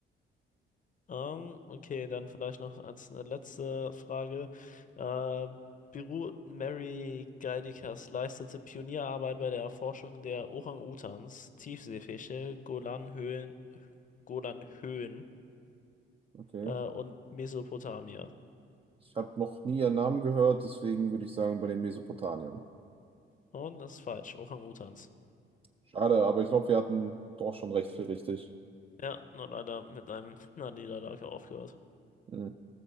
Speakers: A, on the left; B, on the right.
A: Ähm, okay, dann vielleicht noch als eine letzte Frage. Äh, beruht Mary Geidikas leistete Pionierarbeit bei der Erforschung der Orang-Utans, Tiefseefische, Golanhöhen, Golanhöhen
B: Okay.
A: äh, und Mesopotamia.
B: Ich habe noch nie ihren Namen gehört, deswegen würde ich sagen bei den Mesopotamiern.
A: Und das ist falsch, Orang-Utans.
B: Schade, aber ich glaube, wir hatten doch schon recht viel richtig.
A: Ja, nur leider mit einem einer Niederlage aufgehört.
B: Mhm.